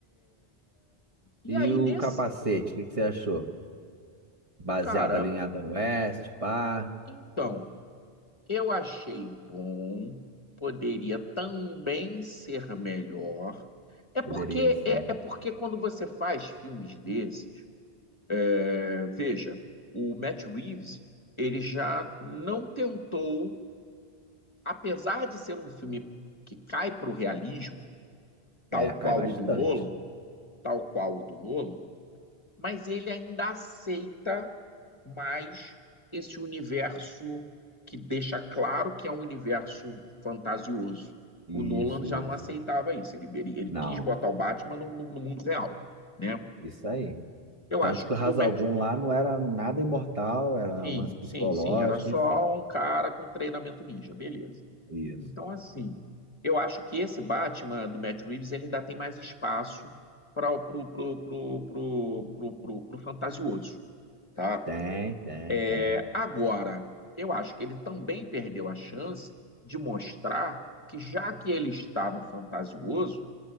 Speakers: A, on the left; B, on the right.
A: E
B: E
A: aí,
B: o
A: nesse,
B: capacete, o que que você achou? Baseado
A: cara,
B: ali em Adam West, pá,
A: então, Eu achei bom, poderia também ser melhor. É porque
B: poderia sim.
A: é, é porque quando você faz filmes desses, é, veja, o Matt Reeves, ele já não tentou, apesar de ser um filme que cai para o realismo, tal
B: É, cai
A: qual
B: bastante.
A: o do Nolan, tal qual o do Nolan, mas ele ainda aceita mais esse universo que deixa claro que é um universo fantasioso.
B: Isso,
A: O Nolan já
B: isso.
A: não aceitava isso, ele, ele, ele
B: Não,
A: quis botar o Batman no, no- no mundo real, né?
B: isso aí.
A: Eu
B: Tanto
A: acho
B: que
A: que
B: o Ra's
A: o Matt...
B: al Ghul lá não era nada imortal, era
A: Sim,
B: um lance psicológico,
A: sim, sim, era só
B: enfim.
A: um cara com treinamento ninja, beleza.
B: Isso.
A: Então, assim, eu acho que esse Batman do Matt Reeves ele ainda tem mais espaço para o pro, pro, pro, pro, pro, pro- pro fantasioso, tá?
B: Tem, tem, tem.
A: É, Agora, eu acho que ele também perdeu a chance de mostrar que, já que ele está no fantasioso,